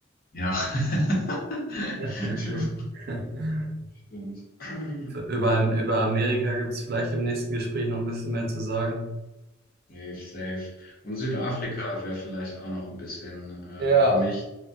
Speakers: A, on the left; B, on the right.
A: Ja. <laughs>
B: <laughs>
A: True. Stimmt. <clears throat>
B: Über, über Amerika gibt es vielleicht im nächsten Gespräch noch ein bisschen mehr zu sagen.
A: Safe, safe. Und Südafrika wäre vielleicht auch noch ein bisschen äh,
B: Ja,
A: für mich.